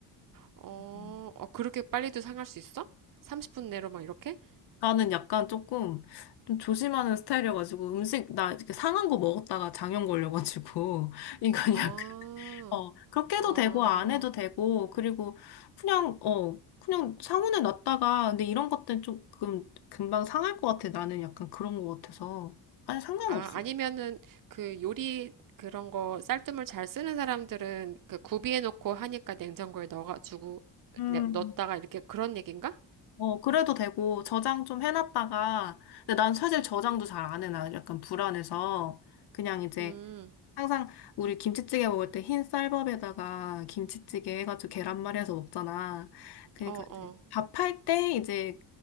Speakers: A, on the right; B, on the left.
A: 어,
B: 음.
A: 어, 그렇게 빨리도 상할 수 있어? 30분 내로 막 이렇게?
B: 나는 약간 조금 좀 조심하는 스타일이어가지고 음식 나 이렇게 상한 거 먹었다가 장염 걸려가지고 <laughs> 이건
A: 아,
B: 어, 그렇게 해도
A: 어,
B: 되고, 안 해도 되고, 그리고 그냥, 어, 그냥 상온에 놨다가, 근데 이런 것들은 조금 금방 상할 것 같아. 나는 약간 그런 것 같아서. 아니, 상관없어.
A: 아, 아니면은 그 요리 그런 거 쌀뜨물 잘 쓰는 사람들은 그 구비해 놓고 하니까 냉장고에 넣어가지고
B: 음.
A: 내- 넣었다가 이렇게 그런 얘긴가?
B: 어, 그래도 되고, 저장 좀 해놨다가, 근데 난 사실 저장도 잘 안 해놔. 약간 불안해서. 그냥 이제
A: 음,
B: 항상 우리 김치찌개 먹을 때 흰 쌀밥에다가 김치찌개 해가지고 계란말이 해서 먹잖아. 그러니까
A: 어,
B: 이제
A: 어,
B: 밥할 때 이제